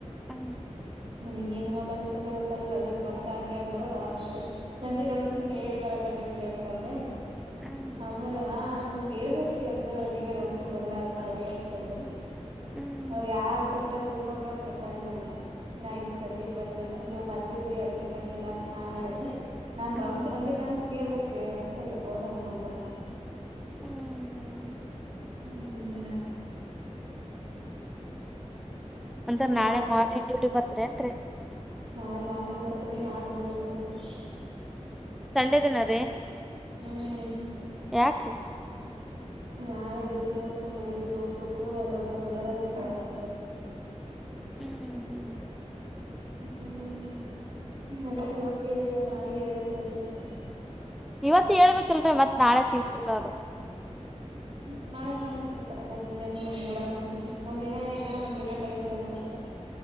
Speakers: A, in the centre; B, on the right (about 50°).
A: ಹ
B: ನನಗ ಏನ್ ಮಾತಾಡ್ಬೇಕಂತ ಗೊತ್ತಾರಲ್ಲ ಅಲ್ಲಿೇನ್ ವರ್ಸ ಹಂಗೆ ಅಂದ್ರ ಆಮೇಲೆ ಸಂಜೆ ರೋಡ್ಸಂಗ
A: ಹ್ಮ್
B: ಹೇ ಬರಲ್ಲಾಗಿರ್ರಿ ಅಂತಂದೆ
A: ಹ್ಮ್
B: ಆಮೇಲೆ ಹ ಹಂಗ ಹೇಳ್ಬೇಕೇ್ರಿ ಹಂಗ ನೀವರ ಒನ್ಸಗ್ ಬಲ್ಲಾ ಅಂತಳಿ ಅಂತಂದ್ರ
A: ಹ್ಮ್
B: ಅವ್ರ ಯಾರ್ರ್ಥದ ತಿಳ್ಕೊಂಡ್ರ ಅಂದ ಗೊತ್ತಿಲ್ಲ ನನ್ಗ್ ನಾ ಹಿಂಗ್ ಸಂಜೆಗ್ ಬಂದಿಲ್ಲ ನೀವ್ ಬಂದಿಲ್ ೀ ಅದಕ್ಕೆ ಕಂಡಿಲ್ಲಾ ನಾನು ಹೇಳಿ ನಾನ್
A: ಹ್ಮ್
B: ರೌಂಡ್ಸ್ ಬಂದಿಲ್ಲ ಅಂತ ಹೇಳ್ಬೇಕ್ರಿ ಅಂತ ಅವ್ರ ಹಂಗನ್ರು
A: ಹ್ಮ್ ಹ್ಮ್
B: ಡ <unintelligible>
A: ಅಂದ್ರ ನಾಳೆ
B: ನಾ
A: ಮಾರ್ನಿಂಗ್ ಡ್ಯೂಟಿ ಬರ್ತರಿ ಏನ್ರರಿ
B: ನಾಳೆ ಮಾರ್ನಿಂಗ್ ಮಾಡಡ್ತೀನಿ ನಾಳೆ ದವ ಮಾಡಡ್ತೀನಿ
A: ಸಂಡೆ ದಿನ ರೀ
B: ಹ್ಮ್
A: <inaudible> ಯಾಕ್ರೀ
B: ನಾಳೆ ಡ್ಯೂಟಿ ಮುಗಿಸಸ್ಕೊಂಡು ಓಗ್ ಹೋಗ್ಬೇಕು ಅಲ್ಲಿ ಒಬ್ಬ ದೊಡ್ಡವರಾಗಿ ಇರ್ತಾವ ಅವರ
A: ಹ್ಮ್ ಹ್ಮ್
B: <inaudible> ಹ್ಮ್ ನ ಇವತ್ತ ಇಲ್ಲ ನಾಳಗ ಎ ಸರಿನಕತ್ತ
A: ಇವತ್ ಹೇಳ್ಬೇಕಲ್ರರಿ ಮತ್ ನಾಳೆ ಸಿಗ್ತಿಲ್ ಅವರು
B: ಹ್ಮ್ ನಾ ಮಾಡನ್ ಸಿಗ್ತಾರಲ್ಲ ಮುಂಜಾನ ಮುಂದ ಮೂೋಡಾಕ್ ಒಂದನ್ ಒಂದಿನ ಏ ಒಂದ್ ದಿನ ಟಮ್ರಲ್ಲ ಅಂತ